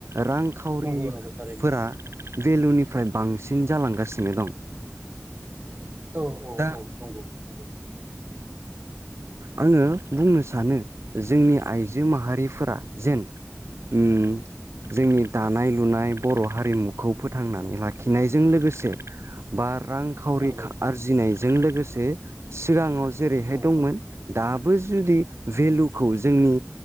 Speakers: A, on the right (about 70°); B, on the right (about 45°).
A: रांखावरिफोरा
B: नंगौ नंगौ थारैनो
A: भेलुनिफ्राय बांसिन जालांगासिनो दं।
B: औ औ
A: दा
B: औ नंगौ नंगौ।
A: आङो बुंनो सानो जोंनि आइजो माहारिफोरा जेन उम जोंनि दानाय लुनाय बर' हारिमुखौ फोथांनानै लाखिनायजों लोगोसे बार रांखावरि
B: नंगौ
A: आरजिनायजों लोगोसे सिगाङाव जेरैहाय
B: औ
A: दंमोन दा। ब जुदि भेलुखौ जोंनि